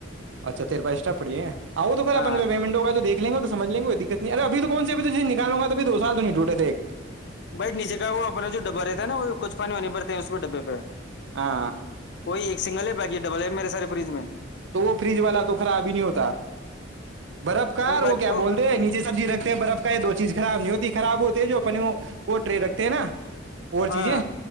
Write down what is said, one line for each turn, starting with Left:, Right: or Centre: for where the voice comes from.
Right: اچھا تیر پاچٹ پڑے آؤ تو پھر
Left: ہاں
Right: اپنا جو پیمٹ ہوگا جو دھ لیں گے تو سمجھ لیں گے کتنی اے اب تو کون س ابھی نکالوں گا اب دو سال تو نہیںٹوٹے تھ ایک
Left: بھائی نیچے کا وہ اپنا جو ڈبا رہتا ہے نا وہ کچھ پانی وہنی ب اس بھی ڈبے پہ
Right: ہاں
Left: کوئی ایک سنگل ہے بیکی ڈبل ہے میرے سارے فریج میں
Right: تو وہ فریج والا تو خراب ہی نہیں ہوتا برف کا
Left: باقی
Right: وہ کیا بول رہے نیچے سبزی رکھتے برف کا یہ دو چیز خراب نہیں ہوتی خراب ہوتے ہیں جو اپنی وہ ٹرے رکھتے ہیں نا اور
Left: ہاں
Right: چیزیں